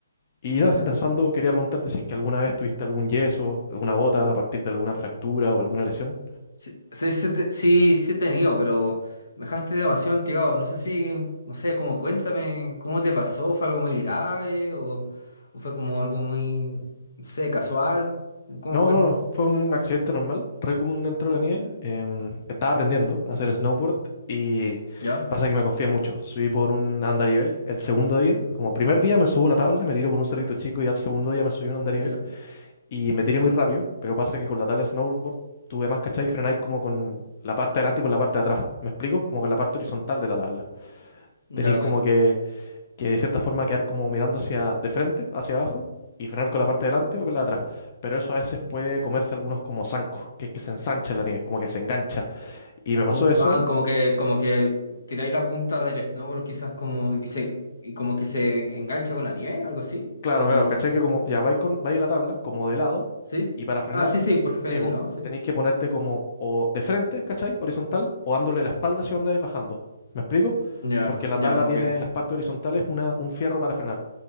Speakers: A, on the left; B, on the left.
A: Y
B: Ah,
A: nada,
B: ya.
A: pensando, quería preguntarte si es que alguna vez tuviste algún yeso, alguna bota a partir de alguna fractura o alguna lesión.
B: Sí, sí, sí, te- sí, sí he tenido, pero me dejaste demasiado intrigado. No sé si, no sé, como cuéntame, ¿cómo te pasó? ¿Fue algo muy grave o, o fue como algo muy, no sé, casual? ¿Cómo
A: No,
B: fue?
A: no, no, fue un accidente normal, re común dentro de la nieve. Em, estaba aprendiendo a hacer snowboard y
B: ¿Ya?
A: pasa que me confié mucho. Subí por un andarivel el segundo día. Como primer día me subí una tabla, me tiré por un cerrito chico y al segundo día me subí un andarivel
B: Ah, Ya.
A: y me tiré muy rápido, pero pasa que con la tabla de snowboard tuve más cachai y frenáis como con la parte de adelante y con la parte de atrás. ¿Me explico? Como con la parte horizontal de la tabla.
B: Ya,
A: Tenéis
B: ok.
A: como que que de cierta forma quedar como mirando hacia de frente, hacia abajo, y frenar con la parte de delante o con la de atrás. Pero eso a veces puede comerse algunos como zancos, que es que se ensancha la nieve, como que se engancha. Y me pasó
B: Como,
A: eso,
B: ah, como que, como que tiráis la punta del snowboard quizás como, y se, y como que se engancha con la nieve, algo así,
A: claro,
B: como,
A: claro, ¿cachai? Que como ya vais con, vais la tabla, como de lado,
B: ¿sí?
A: y para frenar,
B: Ah, sí, sí, porque fue
A: sí,
B: de
A: po,
B: lado, sí.
A: tenéis que ponerte como o de frente, ¿cachai? Horizontal, o dándole la espalda hacia donde vais bajando. ¿Me explico?
B: Ya,
A: Porque la
B: ya,
A: tabla tiene
B: ok.
A: las partes horizontales una, un fierro para frenar.